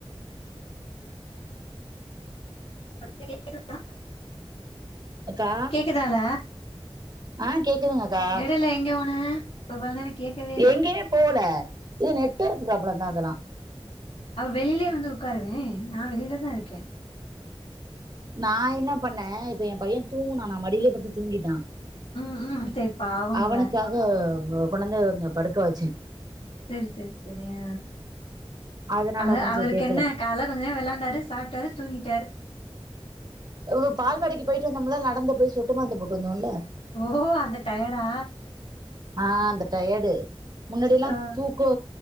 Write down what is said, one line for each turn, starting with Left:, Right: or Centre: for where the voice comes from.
Left: இப்ப கேக்குதா
Right: அக்கா
Left: கேக்குதால
Right: ஆ கேக்குதுங்கக்கா
Left: டைல எங்க போன இப்ப இவ்வள்நேர கேக்கவே
Right: எங்கேயு போல இது நெட்ஒர்க்கு ப்ராப்ளம்தா அதெல்லா
Left: அவ வெளிலே வந்து உக்காருவே நா வெளியிலதா இருக்கே
Right: நா என்ன பண்ணே இப்ப எ பையன் தூங்குனா நா மடியிலே படுத்து தூங்கிட்டா
Left: ம் ம் அத்தை பாவம்ல
Right: அவனுக்காக கொண்டொந்து படுக்க வெச்சே
Left: செரி செரி செரி ஆ
Right: அதனால
Left: அக
Right: கொஞ்சோ
Left: அவருக்கென்ன
Right: கேக்கல
Left: கால கொஞ்நேரோ விளாண்டாரு சாப்ட்டாரு தூங்கிட்டாரு
Right: ஓஹொஓ பால்வடிக்கு போய்ட்டு வந்தோம்ல நடந்து போய் சொட்டு ருந்து போட்டு வந்தோல
Left: ஓஹோஓ அந்த டயடா
Right: அந்த டயடு முன்னாடியில்லா
Left: ஆ
Right: தூக்கோ